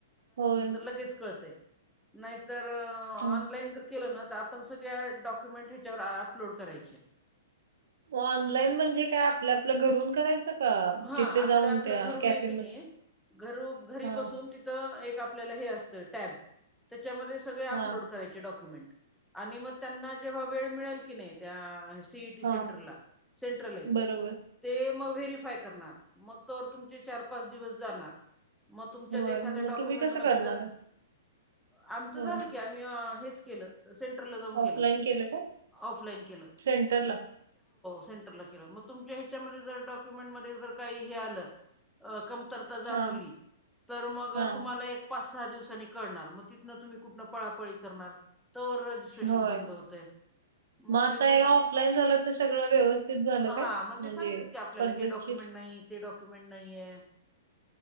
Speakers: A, on the right (about 70°); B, in the centre.
A: होय.
B: लगेच कळतंय नाहीतर ऑनलाईन
A: हं.
B: जर केलना. आपण सगळ्या डॉक्युमेंट हच्यावर अपलोड करायचे.
A: ऑनलाईन म्हणजे काय आपल्या आपलं घरून करायचं का?
B: हा
A: तिथे
B: आपल्या
A: जाऊन
B: आपल्या
A: त्या
B: घरू
A: कॅफेमध्ये
B: नाही की नाही घर घरी
A: हां.
B: बसून तिथ आपल्या हे असत टब त्याच्यामध्ये सगळे अपलोड
A: हां.
B: करायचे डॉक्युमेंट. आणि मग त्यांना जेव्हा वेळ मिळेल की नाही त्या <inaudible> ीी
A: हां.
B: सें सें
A: बरोबर.
B: मग व्हेारिफाय करणार मग त तुमचे चार पाच दिवस जाणार. मग तुमच्यात
A: होय.
B: एखाद्या
A: मग
B: डॉक्युमेंट
A: तुम्ही कसं
B: म
A: करणार
B: जर
A: आहे?
B: आमच
A: होय.
B: झालं की आ मी हेच केलं सेंटरला जाऊन केलं
A: ऑफलाईन काय?
B: ऑफलाइन केलं
A: सेंटरला?
B: सेंरला तुमच्या ह्याच्यामध्ये डॉक्युमेंट म का आलं अ कमतरता जाणवली
A: हां.
B: तर मग
A: हां.
B: तुम्हाला एक पाच सहा दिवसांनी कणार मग तिथ तुम्ही कुठ पळापळी करणार स्टेशन
A: होय.
B: बंद होते. मग
A: आता
B: त्या
A: हे ऑफलाईन झालं तर सगळं व्यवस्थित झालं काय?
B: हा मग
A: म्हणजे
B: ते सांग की आपल्या
A: पद्धतशीर?
B: हे डक्युमेंट ते डॉक्युमेंट नाहीत